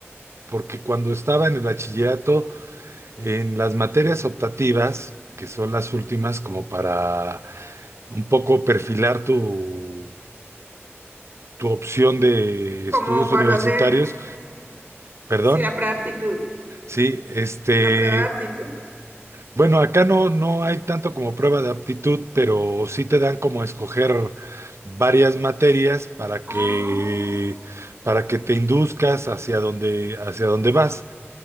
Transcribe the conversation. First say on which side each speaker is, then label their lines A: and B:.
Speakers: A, on the right (about 70°); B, on the right (about 40°).
A: porque cuando estaba en el bachillerato, en las materias optativas, que son las últimas como para un poco perfilar tu, tu opción de estudios
B: como para
A: universitarios,
B: dónde,
A: perdón,
B: si la pura aptitud.
A: sí, este,
B: La prueba de aptitud.
A: Bueno, acá no, no hay tanto como prueba de aptitud, pero sí te dan como escoger varias materias para que,
B: Oh,
A: para que te induzcas hacia donde, hacia donde vas.